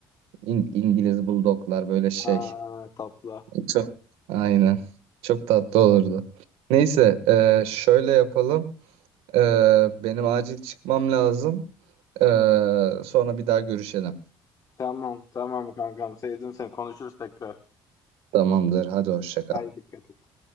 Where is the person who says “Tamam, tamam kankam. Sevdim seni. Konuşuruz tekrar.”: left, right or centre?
Left